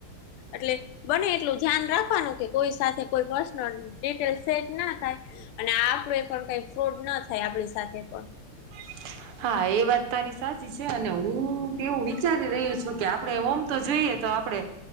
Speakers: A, on the left; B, on the right.
A: એટલે બને એટલું ધ્યાન રાખવાનું કે કોઈ સાથે કોઈ પર્સનલ ડિટેલ સેટ ના થાય. અને આપડ એ પણ કઈ ફ્રોડ ન થાય આપણી સાથે પણ.
B: <unintelligible> હા એ વાત તારી સાચી છે અને હું એવું વિચારી રહહી છું કે આપડે ઓમ તો જોઈએ તો આપડે